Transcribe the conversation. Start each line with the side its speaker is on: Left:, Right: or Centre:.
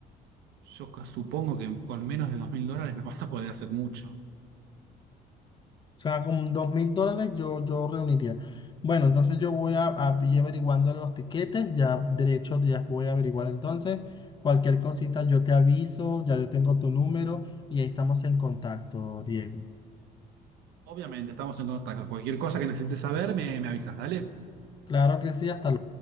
Right: yo ca- supongo que con menos de dos mil dólares no vas a poder hacer mucho.
Left: O sea, con dos mil dólares yo, yo reuniría. Bueno, entonces yo voy a, a ir averiguando los tiquetes, ya derechos ya voy a averiguar entonces. Cualquier cosita yo te aviso, ya yo tengo tu número y ahí estamos en contacto, Diego.
Right: Obviamente, estamos en contacto. Cualquier cosa que necesites saber, me, me avisas, dale.
Left: Claro que sí, hasta luego.